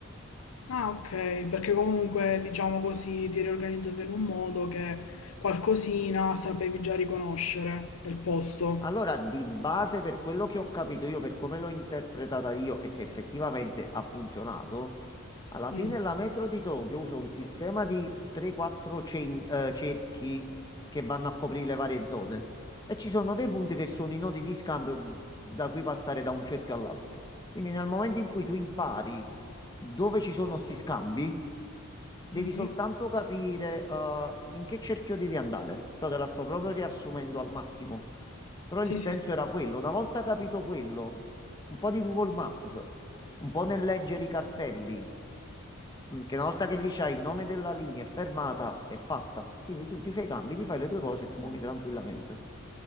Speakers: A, on the left; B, on the left.
A: Ah, ok, perché comunque diciamo così ti eri organizzata in un modo che qualcosina sapevi già riconoscere del posto.
B: Allora, di base, per quello che ho capito io, per come l'ho interpretata io e che effettivamente ha funzionato, Alla
A: Mm,
B: fine la metro di Tokyo usa un sistema di 3-4 cen- eh, cerchi che vanno a coprire le varie zone e ci sono dei punti che sono i nodi di scambio da cui passare da un cerchio all'altro. Quindi nel momento in cui tu impari dove ci sono sti scambi, devi
A: mhm.
B: soltanto capire eh, in che cerchio devi andare. Te la sto proprio riassumendo al massimo, però
A: Sì,
B: il senso
A: sì, sì.
B: era quello. Una volta capito quello, un po' di Google Maps, un po' nel leggere i cartelli. Mm, Che una volta che lì c'hai il nome della linea è fermata, è fatta. Quindi tu ti fai i cambi, ti fai le tue cose e ti muovi tranquillamente.